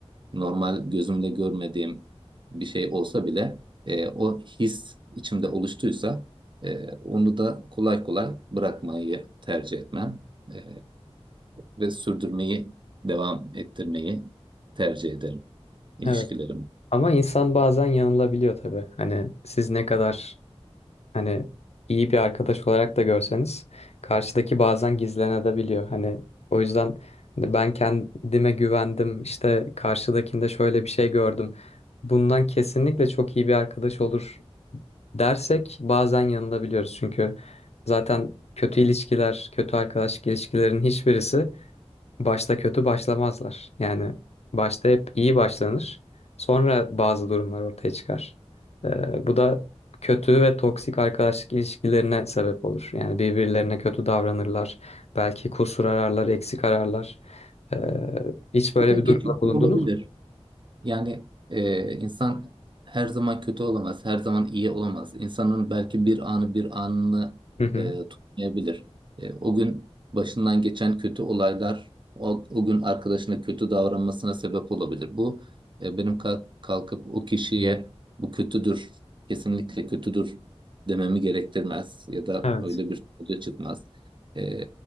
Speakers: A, on the right; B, on the left.
A: Normal gözümle görmediğim bir şey olsa bile e, o his içimde oluştuysa e, onu da kolay kolay bırakmayı tercih etmem. E, ve sürdürmeyi, devam ettirmeyi tercih ederim ilişkilerim.
B: Evet. Ama insan bazen yanılabiliyor tabii. Hani siz ne kadar hani iyi bir arkadaş olarak da görseniz karşıdaki bazen gizlenebiliyor. Hani o yüzden hani ben kendime güvendim. işte karşıdakinde şöyle bir şey gördüm. Bundan kesinlikle çok iyi bir arkadaş olur dersek bazen yanılabiliyoruz. Çünkü zaten kötü ilişkiler, kötü arkadaşlık ilişkilerin hiçbirisi başta kötü başlamazlar. Yani başta hep iyi başlanır. Sonra bazı durumlar ortaya çıkar. Ee, bu da kötü ve toksik arkadaşlık ilişkilerine sebep olur. Yani birbirlerine kötü davranırlar. Belki kusur ararlar, eksik ararlar. Ee, hiç böyle
A: Bu da
B: bir
A: geçici
B: durumda bulundunuz
A: olabilir.
B: mu?
A: Yani e, insan her zaman kötü olamaz, her zaman iyi olamaz. İnsanın belki bir anı bir anını
B: Hı hı.
A: e, tutmayabilir. E, o gün başından geçen kötü olaylar o, o gün arkadaşına kötü davranmasına sebep olabilir. Bu e, benim kalk- kalkıp o kişiye bu kötüdür, kesinlikle kötüdür dememi gerektirmez ya da
B: Evet.
A: öyle bir sonuca çıkmaz. E,